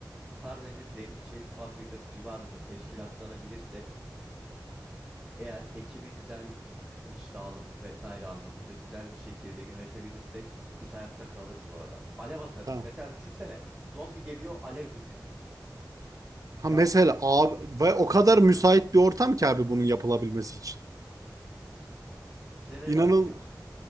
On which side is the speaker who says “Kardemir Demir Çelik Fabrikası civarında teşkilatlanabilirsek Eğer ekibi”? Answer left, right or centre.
Centre